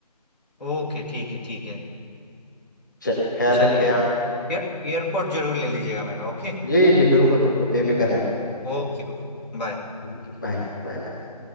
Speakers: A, on the left; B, on the left.
A: ओके ठीक है ठीक है
B: चलिए ख्याल
A: चलिए
B: रखिए आप
A: एयर एयरपोर्ट जरूर ले लीजिएगा मेरा ओके
B: जी जी बिल्कुल बिल्कुल बेफिक्र है
A: Okay bye
B: Bye, bye, bye, by